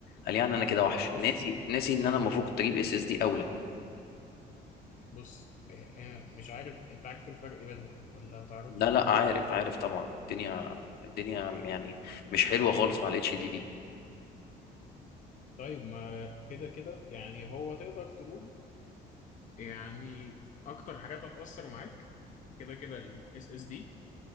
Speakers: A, on the left; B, on the left.
A: قال يعني انا كده وحش
B: بص
A: ناسي ناسي ان انا المفروض كنت اجيب اس اس دي اولى
B: بص آه آه، مش عارف انت عارف الفرق بينهم ولا متعرفش
A: لا لا عارف عارف طبعا الدنيا الدنيا يعني مش حلوه خالص مع الاتش دي دي
B: طيب ما كده كده يعني هو تقدر تقول يعني اكتر حاجات هتأثر معاك كده كده الاس اس دي